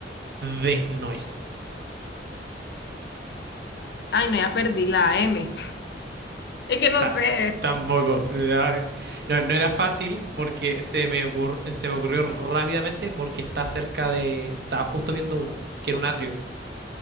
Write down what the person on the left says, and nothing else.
Ay, no, ya perdí la M. Es que no
sé,